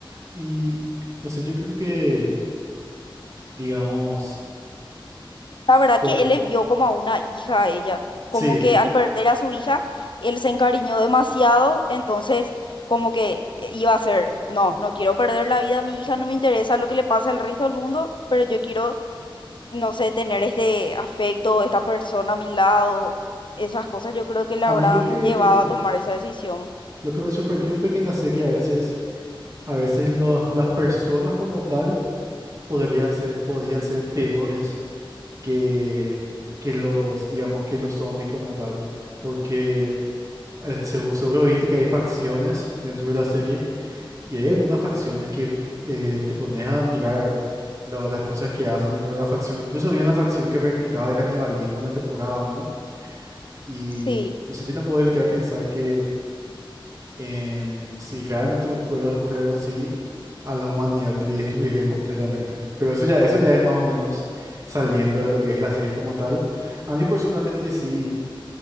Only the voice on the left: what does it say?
La verdad
que él le vio como a una hija a ella,
como que al perder a su hija, él se encariñó demasiado, entonces como que eh, iba a ser, no, no quiero perder la vida a mi hija, no me interesa lo que le pasa al resto del mundo, pero yo quiero, no sé, tener este afecto, esta persona a mi lado, esas cosas yo creo que le
habrán
llevado a tomar esa decisión.
Sí.